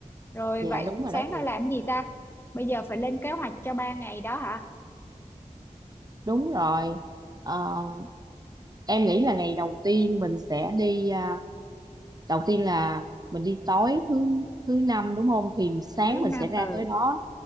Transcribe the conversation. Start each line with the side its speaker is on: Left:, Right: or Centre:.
Left: rồi
Right: dạ
Left: vậy
Right: đúng rồi
Left: sáng
Right: đó chị
Left: ra làm gì ta bây giờ phải lên kế hoạch cho ba ngày đó hả
Right: đúng rồi Ờ, em nghĩ là ngày đầu tiên mình sẽ đi à, đầu tiên là mình đi tối thứ thứ năm đúng không thì sáng
Left: thứ
Right: mình
Left: năm
Right: sẽ ra
Left: ừ
Right: tới đó